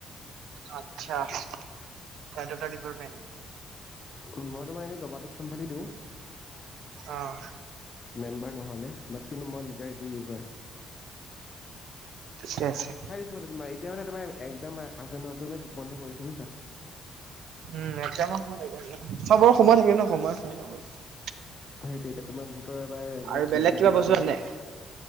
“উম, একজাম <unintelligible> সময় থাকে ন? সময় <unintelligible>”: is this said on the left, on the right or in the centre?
Right